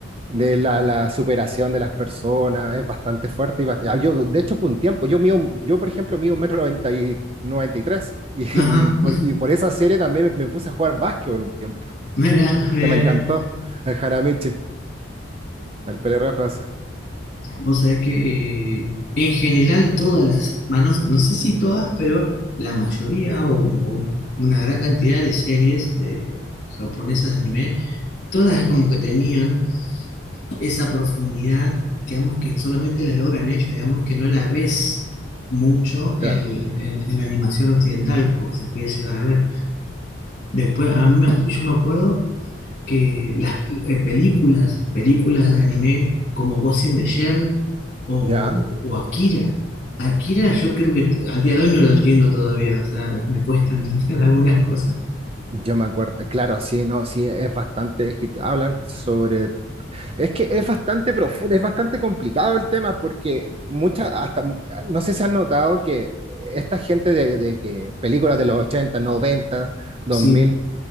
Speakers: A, on the right; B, on the left.
A: de la, la superación de las personas, es bastante fuerte. Y bast- ah, yo, de hecho, por un tiempo, yo, mido, un- yo por ejemplo, mido un metro noventa y, 93 y, tres,
B: ajá,
A: y, y con-
B: <laughs>
A: y por esa serie también me, me puse a jugar básquetbol un tiempo,
B: mira,
A: porque
B: mira,
A: me encantó
B: mira.
A: el Jaramichi, el pelirrojo ese,
B: Vos sabés que eh, en general todas las, manos, no sé si todas, pero la mayoría o, o una gran cantidad de series de japonesas de anime, todas es como que tenían esa profundidad, digamos que solamente la logran ellos, digamos que no la ves mucho
A: claro,
B: en, en- en la animación occidental, porque se podía llegar a ver. Después, a mí me- yo me acuerdo que las eh, películas, películas de anime como Ghost in the Shell o,
A: ya.
B: o Akira. Akira yo creo que t- al día de hoy no lo entiendo todavía, o sea, me cuesta entender <laughs> algunas cosas.
A: Yo me acuerdo, claro, sí, no, sí, es bastante, es que hablan sobre Es que es bastante profundo, es bastante complicado el tema porque muchas, hasta, no sé si han notado que esta gente de, de que películas de los ochenta, noventa, dos
B: Sí,
A: mil